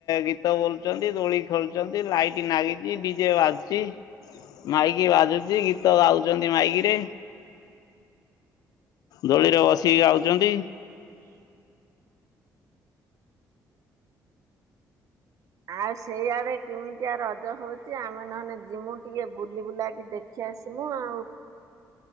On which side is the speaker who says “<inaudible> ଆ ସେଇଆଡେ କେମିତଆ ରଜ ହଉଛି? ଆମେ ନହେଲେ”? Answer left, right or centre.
Right